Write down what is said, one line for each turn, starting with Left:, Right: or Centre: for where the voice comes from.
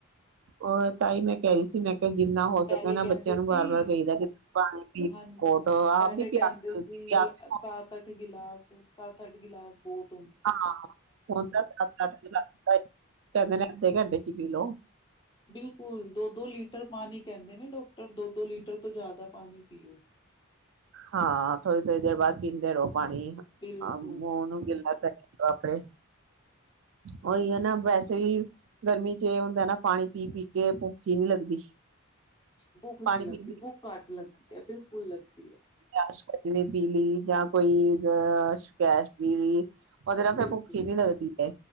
Right: ਓ ਏ ਤਾਂਈ ਮੈਂ ਕਹਿ ਰਹੀ ਸੀ, ਮੈਂ ਕਿ ਜਿੰਨਾ ਹੋ
Left: ਪਹਿਲੇ
Right: ਸਕੇ ਨਾ,
Left: ਕਹਿੰਦੇ
Right: ਬੱਚਿਆਂ ਨੂੰ
Left: ਸੀ
Right: ਵਾਰ ਵਾਰ ਕਈਦਾ ਕਿ ਪਾਣੀ ਪੀ
Left: ਹਾਂਜੀ
Right: ਬਹੁਤ ਆਪ
Left: ਪਹਿਲੇ
Right: ਵੀ
Left: ਕਹਿੰਦੇ
Right: ਪਿਆਸ ਲੱਗਦੀ
Left: ਸੀ,
Right: ਪਿਆਸ
Left: ਸੱਤ ਅੱਠ ਗਿਲਾਸ ਸੱਤ ਅੱਠ ਗਿਲਾਸ ਬੋਤ
Right: ਹਾਂ ਹੁਣ ਸੱਤ ਅੱਠ ਗਿਲਾਸ ਤਾ, ਕਹਿੰਦੇ ਨੇ ਅੱਧੇ ਘੰਟੇ ਚ ਪੀ ਲੋ।
Left: ਬਿਲਕੁਲ ਦੋ ਦੋ ਲੀਟਰ ਪਾਣੀ ਕਹਿੰਦੇ ਨੇ ਡੋਕ ਦੋ ਦੋ ਲੀਟਰ ਤੋਂ ਜ਼ਿਆਦਾ ਪਾਣੀ ਪੀਓ।
Right: ਹਾਂ ਥੋੜੀ-ਥੋੜੀ ਦੇਰ ਬਾਅਦ ਪੀਂਦੇ ਰੋ। ਪਾਣੀ
Left: ਬਿਲਕੁਲ
Right: ਅ ਮੂੰਹ ਨੂੰ ਗਿੱਲਾ ਕਰੀ ਆਪਣੇ ਉਹੀ ਹੈ ਨਾ ਵੈਸੇ ਹੀ ਗਰਮੀ ਚ ਏ ਹੁੰਦਾ ਨਾ ਪਾਣੀ ਪੀ ਪੀ ਕੇ ਪੁਖ ਨਹੀ ਲੱਗਦੀ।
Left: ਭੁੱਖ
Right: ਪਾਣੀ
Left: ਨੀ ਲੱਗਦੀ
Right: ਪੀ
Left: ਭੁੱਖ ਘੱਟ ਲੱਗਦੀ ਹੈ, ਬਿਲਕੁਲ ਲੱਗਦੀ ਨੀ
Right: <unintelligible> ਸਕੰਜਵੀ ਪੀਲੀ ਜਾਂ ਕੋਈ ਸਕੈਸ਼ ਪੀਲੀ ਓਹਦੇ
Left: ਹੈ
Right: ਨਾਲ ਫਿਰ
Left: ਬਿਲਕੁਲ
Right: ਭੁੱਖੀ ਨੀ ਲੱਗਦੀ ਹੈ